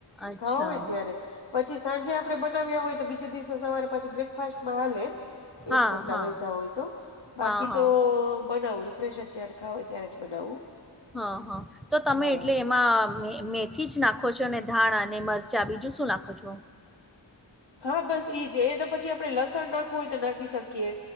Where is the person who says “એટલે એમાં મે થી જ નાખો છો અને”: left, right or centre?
Centre